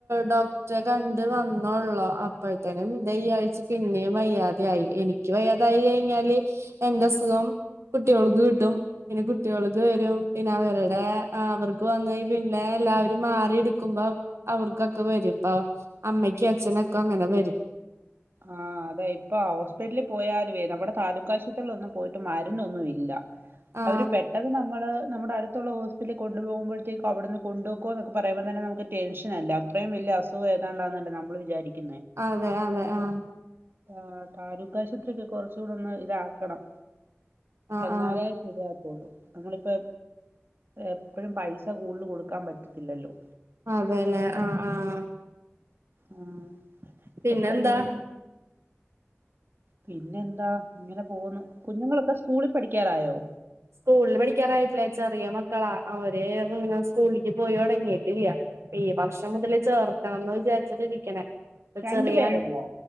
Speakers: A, on the right; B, on the right.
A: ഡോ ക്ടെ കണ്ട് വന്നൊള്ളു. അപ്പഴത്തേനും ദെ ഈ ആഴ്ച പിന്നേം വയ്യാതെ ആയി എനി ക്യ് വയ്യാതായി കഴിഞ്ഞാല് എന്റെ അസുഖം കുട്ട്യോൾക്ക് കിട്ടും. പിന്നെ കുട്ട്യോൾക്ക് വെരും. പിന്നെ അവരുടെ ആഹ് അവർക്ക് വന്നാ പിന്നെ എല്ലാരും മാറി ഇടുക്കുമ്പം അവർക്കൊക്കെ വെരും ഇപ്പ അമ്മയ്ക്കും അച്ഛനൊക്കെ അങ്ങനെ വെരും.
B: ആഹ് അതെ ഇപ്പൊ ഹോസ്പിറ്റല്ല് പോയാലുവെ നമ്മടെ താലൂക്ക് ആശുപത്രീലൊന്നും പോയിട്ട് മരുന്നൊന്നും ഇല്ല.
A: ആ
B: അവര് പെട്ടെത് നമ്മള് നമ്മുടെ അടുത്തുള്ള ഹോ സ്പിറ്റലില് കൊണ്ടു പോകുമ്പഴത്തേക്കും അവ്ട്ന്ന് കൊണ്ടോകോന്നൊക്കെ പറയുമ്പം തന്നെ നമക്ക് ടെൻഷനല്ലെ. അത്രേം വല്യ അസു സുഖേതാണ്ടാന്നല്ലെ നമ്മള് വിചാരിക്കുന്നെ.
A: അതെ അതെ ആഹ്
B: ആഹ് താലൂക്ക് ആശുപത്രി ഒക്കെ കൊർച്ചൂടെ ഒന്ന് ഇതാക്കണം
A: ആ
B: എന്നാലെ.
A: ആ
B: ശെരിയാവത്തൊള്ളു. ഞമ്മളിപ്പൊ എപ്പഴും പൈസ കൂടുല് കൊടുക്കാൻ പറ്റത്തില്ലല്ലൊ.
A: അതേലെ ആഹ് ആഹ്
B: ആഹ്
A: പിന്നെന്താ
B: എത്ര രൂപം. പിന്നെ എന്താഇങ്ങനെ പോന്നു. കുഞ്ഞുങ്ങളൊക്കെ സ്കൂളി പഠിക്കാറായോ.
A: സ്കൂൾല് പഠിക്ക്യാറായിട്ടില്ല. ചെറിയ മക്കളാ. അവര് ഇങ്ങനെ സ്കൂള്ക്ക് പോയൊടങ്ങീട്ടില്ല. ഈ വർഷം മുതല് ചേർക്കണംന്ന് വിചാരിച്ചിട്ട് ഇരിക്ക്ണെ. ഇപ്പം
B: രണ്ടു
A: ചെറീയം.
B: പേരുണ്ടോ